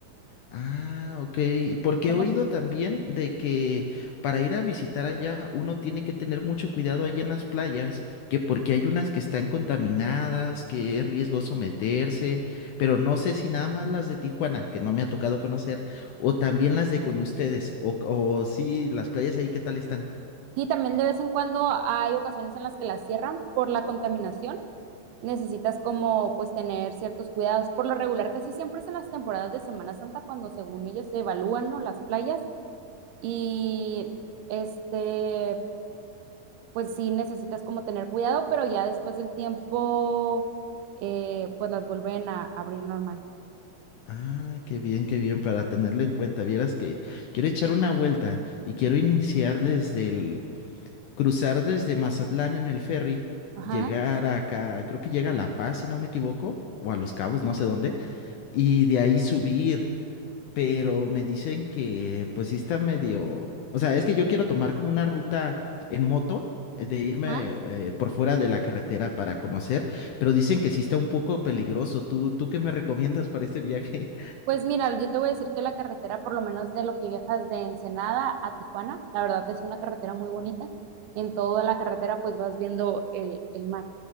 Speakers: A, on the left; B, on the right.
A: Ah, ok. Porque
B: Vamos,
A: he oído también de que para ir a visitar allá uno tiene que tener mucho cuidado allí en las playas, que porque hay unas que están contaminadas, que es riesgoso meterse, pero no sé si nada más las de Tijuana, que no me ha tocado conocer, o también las de con ustedes, o, o sí, las playas ahí, ¿qué tal están?
B: Sí, también de vez en cuando hay ocasiones en las que las cierran por la contaminación. Necesitas como pues tener ciertos cuidados. Por lo regular, casi siempre es en las temporadas de Semana Santa cuando según ellos se evalúan, ¿no? las playas y este, pues sí necesitas como tener cuidado, pero ya después del tiempo eh, pues las vuelven a abrir normal.
A: Ah, qué bien, qué bien, para tenerlo en cuenta. Vieras que quiero echar una vuelta y quiero iniciar desde el, cruzar desde Mazatlán en el ferry,
B: Ajá,
A: llegar acá, creo que llega a La Paz, si no me equivoco, o a Los Cabos, no sé dónde, y de ahí subir. Pero me dicen que pues sí está medio, o sea, es que yo quiero tomar como una ruta en moto, eh, de irme
B: ajá.
A: eh, por fuera de la carretera para conocer, pero dicen que sí está un poco peligroso. ¿Tú, tú qué me recomiendas para este viaje?
B: Pues mira, yo te voy a decir que la carretera, por lo menos de lo que viajas de Ensenada a Tijuana, la verdad es una carretera muy bonita. En toda la carretera pues vas viendo el, el mar.